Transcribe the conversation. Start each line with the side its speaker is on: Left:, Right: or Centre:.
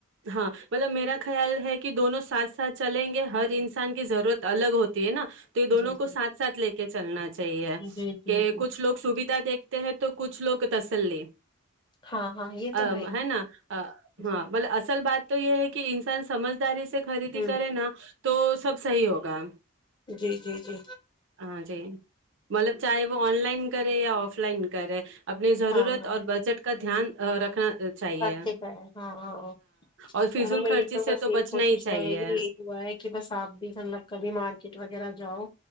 Right: ہاں مطلب میرا خیال ہے کہ دونوں سھ ساتھ چلیں گے ہر انسان کی ضرورت الگ ہوتی ہے نا
Left: ہی
Right: تو یہ دونوں
Left: جی جی
Right: کو ساتھ ساتھ لے کے چلنا چاہیے
Left: جی جی
Right: کہ
Left: جی
Right: کچھ لوگ سویدھا دیکھتے ہیں تو کچھ لوگ تسلی
Left: ہاں ہاں یہ
Right: ا
Left: تو ہی
Right: ہے نا ہاں
Left: جی
Right: اصل بات تو یہ ہے کہ انسان سمجھ داری سے خریدی
Left: ہوں
Right: کرے نا تو سب صحیح ہوگا
Left: جی جی جی
Right: ہاں جی مطلب چاہے وہ آن لائن کرے یا آف لائن کرے اپنی ضرورت
Left: ہاں ہاں
Right: اور بجٹ کا دھیان رکھنا چاہیے
Left: رکھے گ ہاں ہاں
Right: اور فضول
Left: چلو میری
Right: خرچی
Left: تو بس
Right: سے
Left: یہی
Right: بچنا
Left: کوشش
Right: ہی چاہیے
Left: رہے گی یہ ہوا ہے کہ بس آپ بھی مطلب کبھی مارکیٹ وغیرہ جاؤ